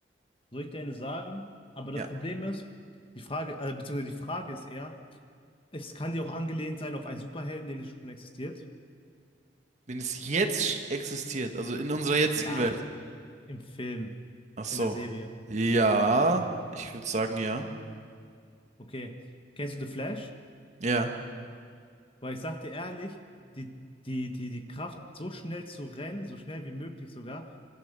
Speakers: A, on the left; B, on the right.
A: Soll ich dir eine sagen? Aber
B: Ja,
A: das Problem ist, die Frage, also, beziehungsweise die Frage ist eher, es kann dir auch angelehnt sein auf einen Superhelden, den es schon existiert.
B: wenn es jetzt existiert, also in unserer jetzigen
A: Ja,
B: Welt.
A: im Film,
B: Ach so.
A: in der Serie.
B: Ja, ich würde sagen, ja.
A: Okay. Kennst du The Flash?
B: Ja.
A: Weil ich sag dir ehrlich, die, die, die, die Kraft, so schnell zu rennen, so schnell wie möglich sogar,